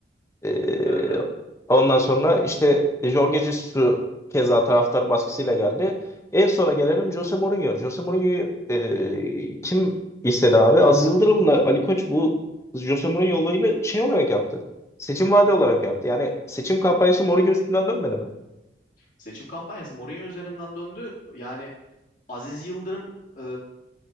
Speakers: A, on the left (about 15°); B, on the left (about 45°).
A: Ee,
B: Evet evet.
A: ondan sonra işte e, Jorge Jesus keza taraftar baskısıyla geldi. En sona gelelim Jose Mourinho. Jose Mourinho'yu e, kim istedi abi? Aziz Yıldırım'la Ali Koç bu Jose Mourinho olayını şey olarak yaptı. Seçim vaadi olarak yaptı. Yani seçim kampanyası Mourinho üstünden dönmedi mi?
B: Seçim kampanyası Mourinho üzerinden döndü. Yani Aziz Yıldırım e,